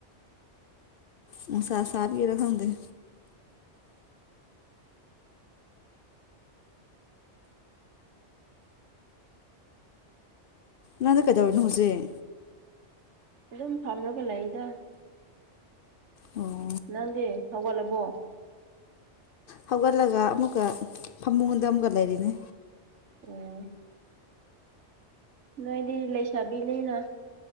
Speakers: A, on the left; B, on the right.
A: ꯅꯨꯡꯁ ꯁꯥꯥꯕꯒꯤꯔ ꯈꯗ‌ꯦ ꯅꯪꯗꯤ ꯀꯩꯗꯧꯔꯤꯅꫭ ꯍꯧꯖꯤꯛ
B: ꯑꯗꯨꯝ ꯐꯝꯃꯒ ꯂꯩꯗ
A: ꯑꯣ
B: ꯅꯪꯗꯤ ꯍꯧꯒꯠꯂꯕꯣ
A: ꯍꯧꯒꯠꯂꯒ ꯑꯃꯨꯛꯀ ꯐꯃꯨꯡꯗ ꯑꯃꯨꯛꯀ ꯂꯩꯔꯤꯅꯤ
B: ꯎꯝ ꯅꯣꯏꯗꯤ ꯂꯩꯁꯥꯕꯤꯅꯤꯅ